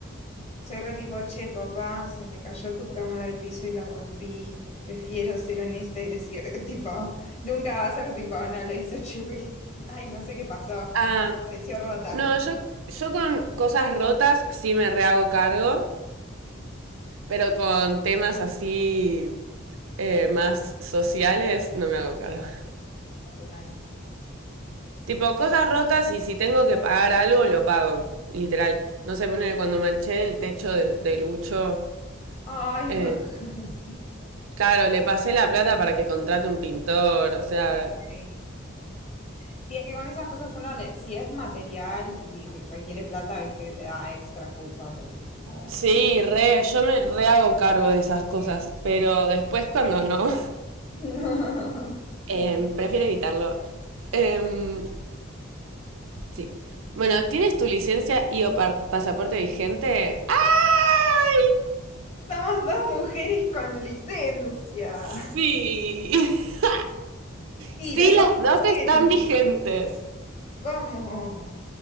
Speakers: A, on the left; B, on the right.
A: soy re tipo, che, papá, se me cayó tu cámara al piso y la rompí. Prefiero ser honesta y decir, <laughs> tipo, nunca va a ser tipo, no, lo hizo Chuy. <laughs> Ay, no sé qué pasó.
B: Ah,
A: Pareció rota.
B: no, yo, yo con cosas rotas sí me rehago cargo, pero con temas así eh, más sociales no me hago cargo.
A: No, total.
B: Tipo, cosas rotas y si tengo que pagar algo, lo pago. Literal. No sé, ponele cuando manché el techo de, de Lucho.
A: Ay,
B: eh,
A: Mac- <laughs> sí.
B: claro, le pasé la plata para que contrate un pintor. O sea,
A: Sí. Si es que con esas cosas uno, le- si es material y requiere plata, viste que te da extra culpa, porque es como, bueno.
B: Sí, re, yo me re hago cargo de esas cosas,
A: Sí,
B: pero
A: sí.
B: después cuando no,
A: <laughs> Banco.
B: <laughs> em, prefiero evitarlo. Em, sí. Bueno, ¿tienes tu licencia y o par- pasaporte vigente? ¡Ay!
A: Somos dos mujeres con licencia.
B: Sí. <laughs>
A: Sí,
B: Sí,
A: los
B: las
A: dos
B: dos
A: vigentes.
B: están vigentes.
A: Vamos.